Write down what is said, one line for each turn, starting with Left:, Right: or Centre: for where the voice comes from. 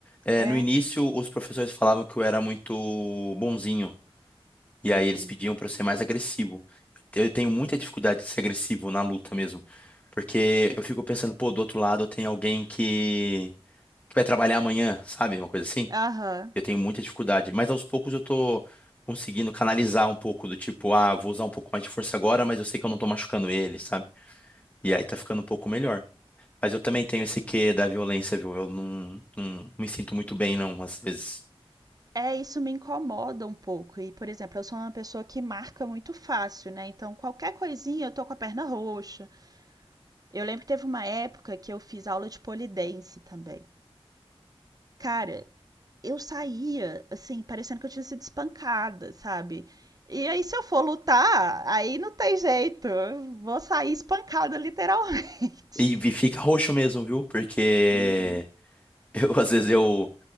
Left: É,
Right: É?
Left: no início, os professores falavam que eu era muito bonzinho. E
Right: Uhum.
Left: aí eles pediam para eu ser mais agressivo. Eu tenho muita dificuldade de ser agressivo na luta mesmo. Porque eu fico pensando, pô, do outro lado tem alguém que que vai trabalhar amanhã, sabe? Uma coisa assim.
Right: Aham.
Left: Eu tenho muita dificuldade. Mas aos poucos eu tô conseguindo canalizar um pouco do tipo, ah, vou usar um pouco mais de força agora, mas eu sei que eu não tô machucando ele, sabe? E aí tá ficando um pouco melhor. Mas eu também tenho esse quê da violência, viu? Eu não, não me sinto muito bem, não, às vezes.
Right: É, isso me incomoda um pouco. E, por exemplo, eu sou uma pessoa que marca muito fácil, né? Então, qualquer coisinha eu tô com a perna roxa. Eu lembro que teve uma época que eu fiz aula de pole dance também. Cara, eu saía, assim, parecendo que eu tinha sido espancada, sabe? E aí, se eu for lutar, aí não tem jeito. Eu vou sair espancada, literalmente.
Left: E, e
Right: <laughs>
Left: fica roxo mesmo, viu? Porque
Right: Uhum.
Left: <laughs> eu, às vezes, eu,